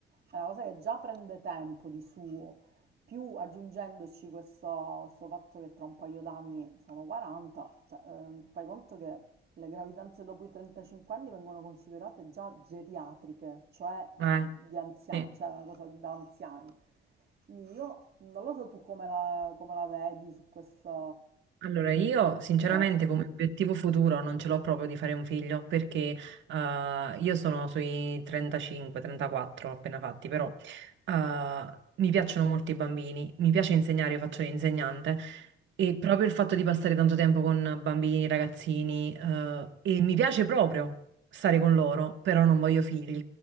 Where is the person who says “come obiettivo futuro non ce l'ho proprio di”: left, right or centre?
Right